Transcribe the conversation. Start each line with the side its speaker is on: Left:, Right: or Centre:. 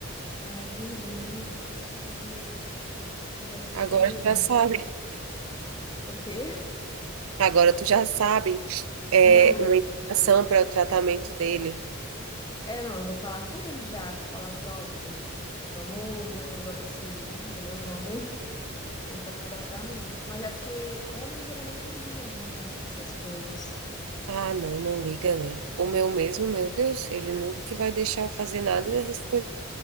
Left: Ah, entendi, entendi. Caraca, eu não fazia
Right: Agora
Left: ideia, gente.
Right: já sabe,
Left: O quê?
Right: <laughs> agora tu já sabe é,
Left: <laughs> Não.
Right: uma indicação para o tratamento dele.
Left: É, não, eu vou falar com ele já, te falar que, ó, Bruno, vamos ver um negócio esse aí, entendeu? Vamos, <laughs> vamos fazer um tratamento. Mas é porque homem geralmente não liga muito, né, para essas coisas.
Right: Ah, não, não liga, né? O meu mesmo, meu Deus, ele nunca que vai deixar eu fazer nada dessas coisas.